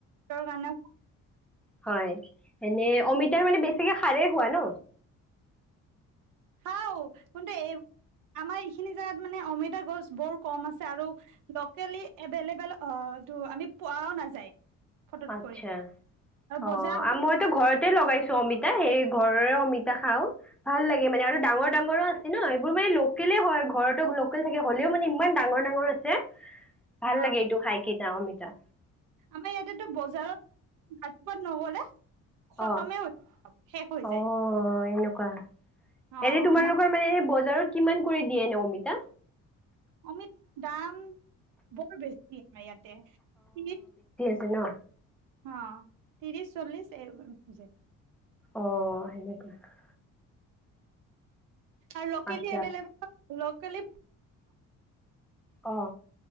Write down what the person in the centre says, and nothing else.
হয় এনে অমিতাৰ মানে বেছিকে সাৰেই হোৱা ন
আচ্ছা
অ
আৰু মইতো ঘৰতে লগাইছো অমিতা সেই ঘৰৰে অমিতা খাও ভাল লাগে মানে আৰু ডাঙৰ ডাঙৰো আছে ন সেইবোৰ মানে লোকেলে হয় ঘৰতো লোকেল থাকে হ'লেও মানে ইমান ডাঙৰ ডাঙৰ আছে ভাল
লাগে এইটো খাই কি যা অমিতা।
অ
অ
এনেকুৱা
এনে তোমালোকৰ
মানে সেই বজাৰত কিমান কৰি দিয়ে ন অমিতা।
পাতনা
অ সেনেকোৱা
আচ্ছা
অ